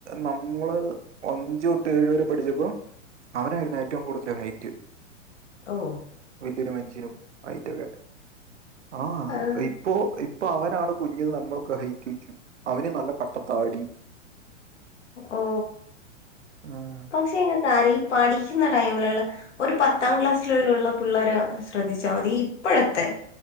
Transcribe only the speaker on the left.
ഓഹ്
ആഹ്
ഓ
പക്ഷെ ങ്ങൾക്കറി പഠിക്കുന്ന ടൈമിലുള്ള ഒരു പത്താം ക്ലാസ്സിലുള്ള ഉള്ള പിള്ളേരെ ശ്രദ്ധിച്ചാൽ മതി ഇപ്പോഴത്തെ